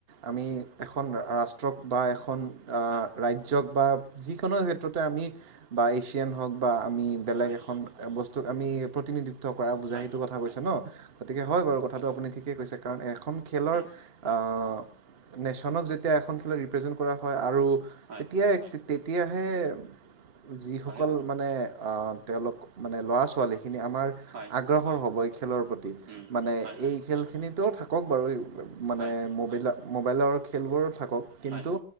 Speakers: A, on the right; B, on the right.
A: আমি এখন ৰাষ্ট্ৰক বা এখন এখন
B: হয়
A: ৰাজ্যক বা যিকোনো ক্ষেত্ৰতে আমি বা এছিয়ান হওক বা আমি বেলেগ
B: হয়
A: এখন বস্তুক আমি প্ৰতিনিধিত্ব কৰা বুজাই,
B: হয়
A: সেইটো কথা কৈছে ন, গতিকে হয় বাৰু কথাটো আপুনি ঠিকেই কৈছে কাৰণ এক এখন খেলৰ
B: উম
A: আহ নেশচনক যেতিয়া এখন ৰি্পেজন্ কৰা হয় আৰু
B: হয়
A: তেতিয়াহে যিসকল
B: হয়
A: মানে আহ! তেওঁলোক মানে ল'ৰা-ছোৱালী খিনি আমাৰ
B: হয়
A: আগ্ৰহৰ হ'ব খেলৰ প্ৰতি,
B: উম
A: মানে
B: হয় হয়
A: এই খেলখিনিতো থাক কওক বাৰু এই মানে
B: হয়
A: মোবাইলত মোবাইলৰ খেলবোৰ থাকক কিন্তু
B: হয়